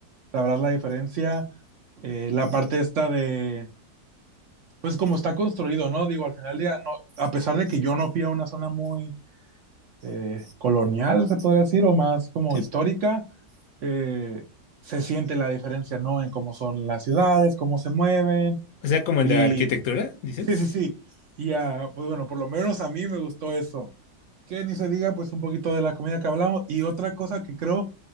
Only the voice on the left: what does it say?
Sí.
O sea, como en
la arquitectura, dices.